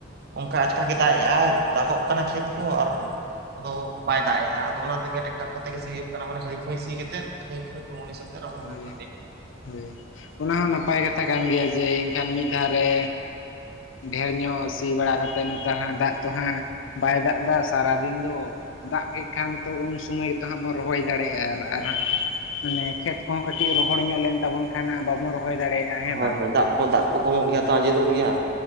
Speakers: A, on the right; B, on the left.
A: ᱚᱝᱠᱟ ᱟᱪᱠᱟᱜ ᱜᱮ ᱫᱟᱜ ᱮᱟᱭ, ᱫᱟᱜᱚᱜ ᱠᱟᱱᱟ ᱠᱷᱮᱛ ᱠᱚ ᱟᱨ, ᱟᱫᱚ ᱵᱟᱭ ᱫᱟᱜ ᱮᱜᱼᱟ ᱟᱫᱚ, ᱚᱱᱟ ᱛᱮᱜᱮ ᱴᱨᱟᱠᱴᱟᱨ ᱠᱚᱛᱮ ᱜᱮ ᱥᱤ ᱦᱳᱭᱩᱜ ᱠᱟᱱᱟ, ᱢᱟᱱᱮ ᱦᱟᱹᱭ ᱯᱷᱟᱹᱭ ᱥᱤᱠᱟᱛᱮᱜ ᱦᱟᱹᱭ ᱯᱷᱟᱹᱭ ᱢᱩᱱᱤᱥ, ᱨᱦᱚᱭ ᱜᱚ ᱠᱟᱜ ᱦᱩᱣᱩᱜᱼᱟ,
B: ᱦᱳᱭ
A: <unintelligible>
B: ᱦᱳᱭ ᱚᱱᱟ ᱦᱚᱸ ᱱᱟᱯᱟᱭ ᱠᱟ ᱠᱟᱛᱷᱟ ᱠᱟᱱ ᱜᱮᱭᱟ ᱡᱮ, ᱮᱱᱠᱷᱟᱱ ᱢᱤᱫ ᱫᱷᱟᱣ ᱨᱮ ᱰᱷᱮᱨ ᱧᱚᱜ ᱥᱤ ᱵᱟᱲᱟ ᱠᱟᱛᱮᱫ ᱱᱮᱛᱟᱨ ᱦᱟᱸᱜ ᱫᱟᱜ ᱛᱚ ᱦᱟᱸᱜ ᱵᱟᱭ ᱫᱟᱜ ᱫᱟ, ᱥᱟᱨᱟ ᱫᱤᱱ ᱫᱚ, ᱫᱟᱜ ᱠᱮᱫ ᱠᱷᱟᱱ ᱛᱚ ᱩᱱ ᱥᱩᱢᱚᱭ, ᱛᱟᱦᱟ ᱵᱚᱱ ᱨᱚᱦᱚᱭ ᱫᱟᱲᱮᱭᱟᱜᱼᱟ, ᱟᱨ ᱟᱨ ᱦᱟᱸᱜ ᱢᱟᱱᱮ ᱠᱷᱮᱛ, ᱦᱚᱸ ᱠᱟᱹᱴᱤᱡ ᱨᱚᱦᱚᱲ ᱧᱚᱜ ᱞᱮᱱ ᱛᱟᱵᱚᱱ ᱠᱷᱟᱱ ᱦᱟᱸᱜ ᱵᱟᱵᱚᱱ ᱨᱚ ᱦᱚᱭ ᱫᱟᱲᱮᱭᱟᱜᱼᱟ᱾ ᱦᱮᱸ
A: ᱦᱳᱭ,
B: ᱵᱟᱝ?
A: ᱦᱳᱭ ᱫᱟᱜ ᱠᱚ ᱫᱟᱜ ᱠᱚ ᱠᱚᱢᱚᱜ ᱜᱮᱭᱟ ᱛᱚ, ᱟᱸᱡᱮᱫᱚᱜ ᱜᱮᱭᱟ